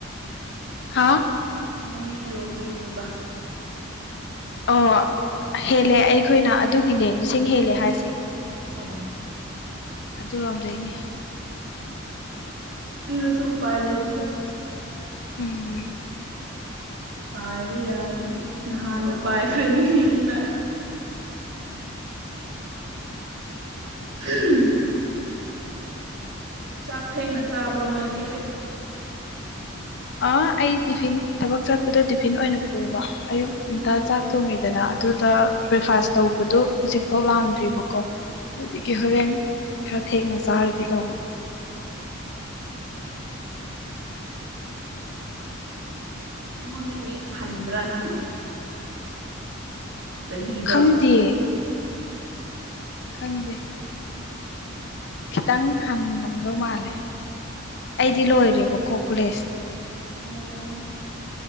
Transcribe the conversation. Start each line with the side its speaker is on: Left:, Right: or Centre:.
Left: ꯍꯥꯥ
Right: ꯅꯣꯅꯦ ꯔꯣꯝꯗꯒꯤꯅꯦꯕ
Left: ꯑꯣ ꯍꯦꯜꯂꯦ ꯑꯩꯈꯣꯏꯅ ꯑꯗꯨꯒꯤꯅꯦ ꯂꯤꯁꯤꯡ ꯍꯦꯜꯂꯦ ꯍꯥꯏꯁꯦ
Right: ꯑꯣ
Left: ꯑꯗꯨꯔꯣꯝꯗꯩꯅꯦ
Right: ꯍꯥꯁꯨ ꯎ ꯄꯥꯏ ꯅ ꯊꯤꯗ
Left: ꯎꯝ
Right: ꯄꯥꯏꯕ ꯌꯥꯔꯅꯤ ꯅꯍꯥꯟꯅ ꯄꯥꯏꯈ꯭ꯔꯅꯤ ꯌꯨꯝꯗ ꯎꯟ ꯆꯥꯛ ꯊꯦꯡꯅ ꯆꯥꯕ꯭ꯔꯣ ꯅꯣꯏꯗꯤ
Left: ꯑꯩ ꯇꯤꯐꯤꯟ ꯊꯕꯛ ꯆꯠꯄꯗ ꯇꯤꯐꯤꯟ ꯑꯣꯏꯅ ꯄꯨꯕ ꯑꯌꯨꯛ
Right: ꯑꯣ
Left: ꯉꯟꯇꯥ ꯆꯥꯛ ꯇꯣꯡꯉꯤꯗꯅ ꯑꯗꯨꯗ ꯕ꯭ꯔꯦꯛꯐꯥꯁ ꯇꯧꯕꯗꯣ ꯍꯧꯖꯤꯛꯐꯥꯎ ꯂꯥꯛꯑꯝꯗ꯭ꯔꯤꯕꯀꯣ ꯑꯗꯨꯗꯒꯤ ꯍꯣꯔꯦꯟ ꯈꯔ ꯊꯦꯡꯅ ꯆꯥꯔꯒꯦ ꯇꯧꯕ
Right: ꯑꯩꯉꯣꯟꯗꯒꯤ ꯍꯟꯕ꯭ꯔꯥ ꯅꯪ ꯁꯍꯤꯗ
Left: ꯈꯪꯗꯦꯌꯦ ꯈꯪꯗꯦ ꯈꯤꯇꯪ ꯍꯜꯂꯝꯗꯧ ꯃꯥꯜꯂꯦ ꯑꯩꯗꯤ ꯂꯣꯏꯔꯦꯕꯀꯣ ꯀꯣꯂꯦꯖ
Right: ꯔꯣꯝ